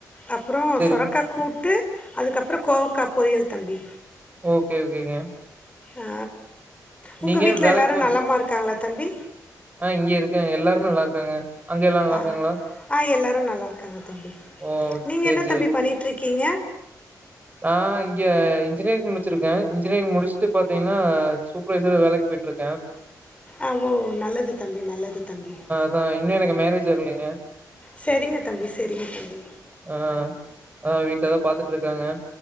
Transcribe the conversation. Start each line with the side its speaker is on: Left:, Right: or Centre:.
Left: அப்பறோ
Right: சேரிங்க
Left: சொரக்கா கூட்டு அதுக்கப்பறோ கோவக்கா பொறியல் தம்பி
Right: ஓகே ஓகேங்க
Left: ஆ உங்க
Right: நீங்க
Left: வீட்டுல
Right: வேலைக்கு
Left: எல்லாரு
Right: போ
Left: நலமா இருக்காங்களா தம்பி
Right: ஆ இங்கியே இருக்க எல்லாருமே நல்லா இருக்காங்க அங்க எல்லா நல்லா
Left: ஆ
Right: இருக்காங்களா
Left: ஆ எல்லாரு நல்லா இருக்காங்க தம்பி.
Right: ஓ
Left: நீங்க
Right: சேரி
Left: என்ன தம்பி பண்ணீட்ருக்கீங்க?
Right: ஆ இங்க இன்ஜினீரிங் முடிச்சிருக்க. இன்ஜினீரிங் முடிஸ்ட்டு பாத்திங்கன்னா சூப்பர்வைசரு வேலைக்கு போயிட்டுருக்க.
Left: அ உ நல்லது தம்பி நல்லது தம்பி
Right: அ இன்னு எனக்கு மேரேஜ் ஆகலீங்க
Left: செரிங்க தம்பி செரிங்க தம்பி
Right: அ அ வீட்டுலதா பாத்துட்ருக்காங்க